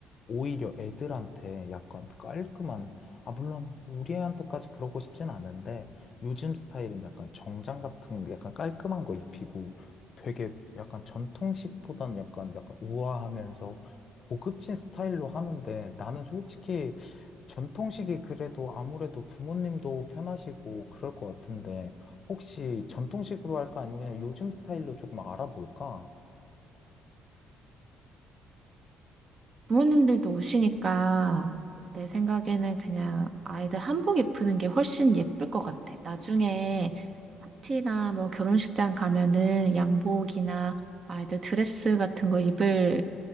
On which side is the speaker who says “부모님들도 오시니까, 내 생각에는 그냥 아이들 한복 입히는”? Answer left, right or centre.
Right